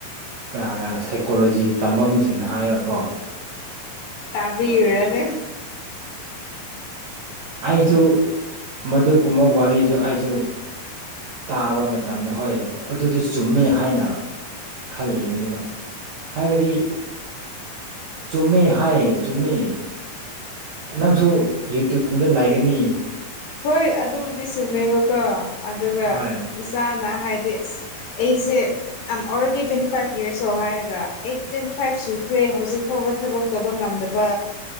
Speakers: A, on the right; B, on the left.
A: ꯀꯅꯥ ꯀꯅꯥꯒ ꯁꯥꯏꯀꯣꯂꯣꯖꯤ ꯇꯝꯕ ꯃꯤꯁꯤꯡꯅ ꯍꯥꯏꯌꯦꯀꯣ
B: ꯇꯥꯕꯤꯌꯟ
A: ꯑꯩꯁꯨ ꯃꯗꯨꯀꯨꯝꯕ ꯋꯥꯔꯤꯁꯨ ꯑꯩꯁꯨ ꯇꯥꯕ ꯃꯇꯝꯗ ꯍꯣꯏ ꯑꯗꯨꯗ ꯆꯨꯝꯃꯤ ꯍꯥꯏꯅ ꯈꯜꯂꯤꯕꯅꯦꯕ ꯍꯥꯏꯕꯗꯤ ꯆꯨꯝꯃꯦ ꯍꯥꯏ ꯆꯨꯝꯃꯦ ꯅꯪꯁꯨ ꯌꯨꯇ꯭ꯌꯨꯕꯀꯨꯝꯕꯗ ꯂꯥꯛꯒꯅꯤ
B: ꯍꯣꯏ ꯑꯗꯨꯕꯨꯗꯤ ꯁꯨꯝꯃꯦꯕꯀꯣ ꯑꯗꯨꯒ
A: ꯍꯣꯏ
B: ꯏꯁꯥ ꯍꯥꯏꯗꯤ ꯑꯁ ꯑꯩꯁꯦ ꯑ ꯑꯣꯜꯔꯦꯗꯤ ꯇ꯭ꯋꯦꯟꯇꯤ ꯐꯥꯏꯚ ꯌꯔꯁ ꯍꯥꯏꯔꯒ ꯑꯩ ꯇ꯭ꯋꯦꯟꯇꯤ ꯐꯥꯏꯚ ꯁꯨꯈ꯭ꯔꯦ ꯍꯧꯖꯤꯛ ꯐꯥꯎꯕ ꯊꯕꯛ ꯇꯧꯕ ꯉꯝꯗꯕ